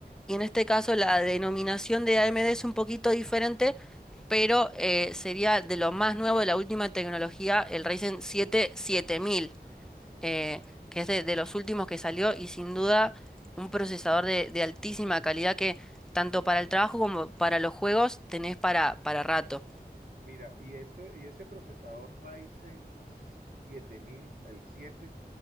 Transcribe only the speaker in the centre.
y en este caso la denominación de AMD es un poquito diferente, pero eh, sería de lo más nuevo de la última tecnología, el Ryzen 7 7000, eh, que es de, de los últimos que salió y sin duda un procesador de, de altísima calidad que tanto para el trabajo como para los juegos tenés para, para rato.